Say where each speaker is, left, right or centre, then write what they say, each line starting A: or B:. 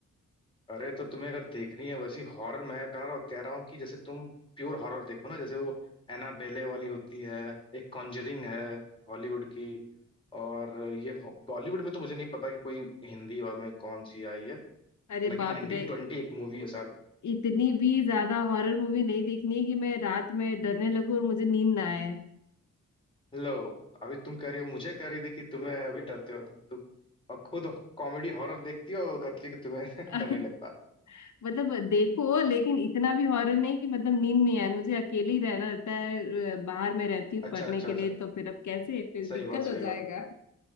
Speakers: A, on the left; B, on the left.
A: अरे तो तुम्हें अगर देखनी है वैसी हॉरर मैं कह रहा कह रहा हूँ कि जैसे तुम प्योर हॉरर देखो ना जैसे वो एनाबेले वाली होती है एक कॉन्जरिंग है हॉलीवुड की और ये हो- बॉलीवुड में तो मुझे नहीं पता कि कोई हिंदी और में कौन सी आई है हालांकि
B: अरे बाप
A: 1920
B: रे
A: एक मूवी है शायद
B: इतनी भी ज्यादा हॉरर मूवी नहीं देखनी है कि मैं रात में डरने लगूं और मुझे नींद ना आए
A: लो अभी तुम कह रही हो मुझे कह रही थी कि तुम्हें अभी डरते हो तुम और खुद कॉमेडी हॉरर देखती हो और कहती है कि तुम्हें
B: <laughs>
A: <laughs> डर नहीं लगता
B: मतलब देखो लेकिन इतना भी हॉरर नहीं कि मतलब नींद नहीं आए मुझे अकेले ही रहना रहता है अ, बाहर में रहती हूँ
A: अच्छा
B: पढ़ने
A: अच्छा
B: के लिए
A: अच्छा
B: तो फिर अब कैसे फिर
A: सही
B: दिक्कत
A: बात सही
B: हो जाएगा
A: बात